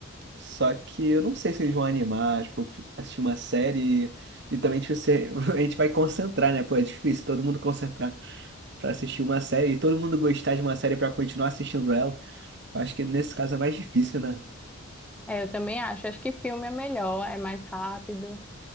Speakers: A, on the right; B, in the centre.
A: Só que eu não sei se eles vão animar, tipo, fi- assistir uma série e, também tipo, se- <laughs> a gente vai concentrar, né? Pô, é difícil todo mundo concentrar pra assistir uma série e todo mundo gostar de uma série pra continuar assistindo ela. Eu acho que nesse caso é mais difícil, né?
B: É, eu também acho. Acho que filme é melhor, é mais rápido.